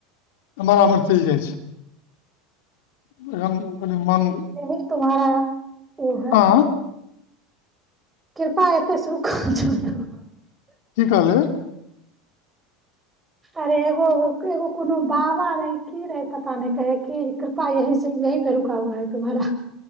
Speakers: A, on the left; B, on the right.
A: इम्हर आम्हर चलि जाइ छैइ एखन कनि मन
B: यही तुम्हारा ओ है
A: आ
B: कृपा एतै से सुख छो
A: की कहलिअइ
B: अरे एगो एगो एगो कोनो बाबा रहैइ के रहैइ पता नई कहैइ कि कृपा यहि से यही पर रुका हुआ है तुम्हारा